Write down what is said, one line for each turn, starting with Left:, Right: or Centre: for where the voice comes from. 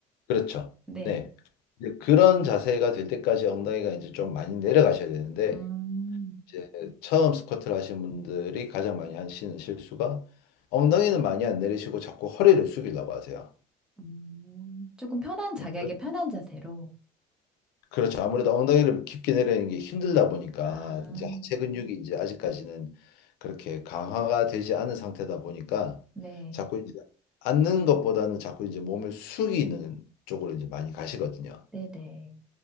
Left: 그렇죠.
Centre: 네.
Left: 네. 이제 그런 자세가 될 때까지 엉덩이가 이제 좀 많이 내려가셔야 되는데
Centre: 음.
Left: 이제 처음 스쿼트를 하신 분들이 가장 많이 하시는 실수가 엉덩이는 많이 안 내리시고 자꾸 허리를 숙이려고 하세요.
Centre: 음, 조금 편한 자기에게
Left: 네, 그렇-
Centre: 편한 자세로.
Left: 그렇죠. 아무래도 엉덩이를 깊게 내리는 게 힘들다 보니까
Centre: 아,
Left: 이제 하체 근육이 이제 아직까지는 그렇게 강화가 되지 않은 상태다 보니까
Centre: 네,
Left: 자꾸 이제 앉는 것보다는 자꾸 이제 몸을 숙이는 쪽으로 이제 많이 가시거든요.
Centre: 네네, 네.